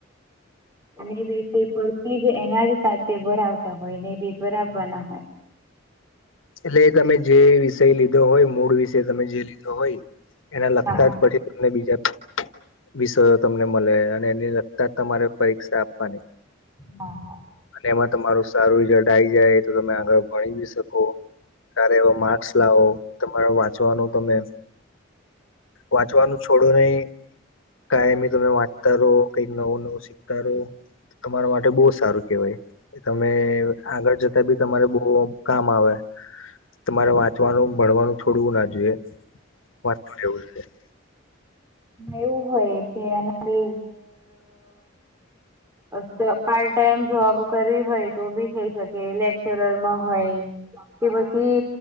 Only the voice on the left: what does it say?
એટલે તમે જે વિષય લીધો હોય મૂળ વિષય તમે જે લીધો હોય એના લગતા
જ પછી અને બીજા વિસ તમને મળે અને એને લગતા જ તમારે પરીક્ષા આપવાની.
અને એમાં તમારું સારું રિઝલ્ટ આ આવી જાય તો તમે આગળ ભણી જ શકો. કારે એવો માર્ક્સ લાવો તમારે વાંચવાનું તમે વાંચવાનું છોડું નહી. કઈ તમે વાંચતા રહો. કઈક નવું નવું શીખતા રહો. તમારા માટે બહુ સારું કેહેવાય. એ તમે આગળ જતા બી તમારે બહ કામ આવે. તમારે વાંચવાનું ભણવાનું થોડવું ના જોઈએ વાંચતું રહેવું છે.